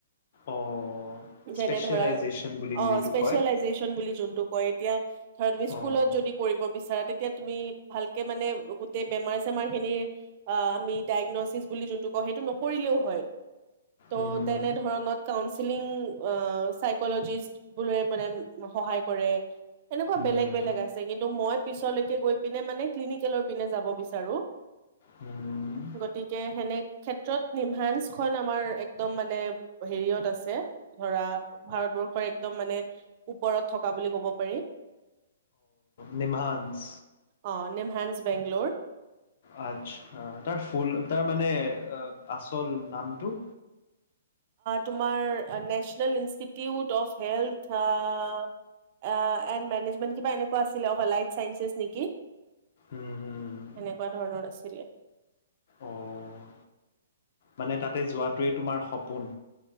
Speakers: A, on the left; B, on the right.
A: অ'
B: যেনে
A: স্পেচিয়েলাইজেশ্যন
B: ধৰা
A: বুলি
B: অ',
A: যিটো
B: স্পেচিয়েলাইজেচন
A: কয়
B: বুলি যোনটো কয় এতিয়া ধৰা তুমি স্কুলত
A: অ'
B: যদি কৰিব বিচাৰা তেতিয়া তুমি ভালকে মানে গোটেই বেমাৰ চেমাৰ খিনিৰ অ', আমি ডায়েগনচিছ বুলি যোনটো কওঁ সেইটো নকৰিলেও হয়। ত',
A: উম,
B: তেনে ধৰণত কাউন্সিলিং অ ', চিকলোজিষ্টবোৰ লৈ মানে সহায় কৰে। এনেকুৱা
A: উম,
B: বেলেগ- বেলেগ আছে কিন্তু মই পিছলৈকে গৈ পিনে মানে ক্লিনিকেলৰ পিনে যাব বিচাৰো।
A: উম',
B: গতিকে সেনে ক্ষেত্ৰত নি ফ্ৰান্সখন আমাৰ একদম মানে হেৰিত আছে ধৰা ভাৰতবৰ্ষৰ একদম মানে ওপৰত থকা বুলি কব পাৰি।
A: নিমাস
B: অঁ', নিম হেণ্ছ বেংল'ৰ।
A: আচ্ছা, তাৰ ফুল তাৰ মানে আচল নামটো?
B: তোমাৰ নেশচনেল ইনষ্টিটিউট অফ হেল্থ অ', আঁহ', এণ্ড মেনেজমেণ্ট কিবা এনেকুৱা আছিল অ ', এলাইড চাইেছ নেকি সেনেকুৱা
A: উম, হুম,
B: ধৰণৰ আছিলে।
A: অ'। মানে তাতে যোৱাটোৱেই তোমাৰ সপোন।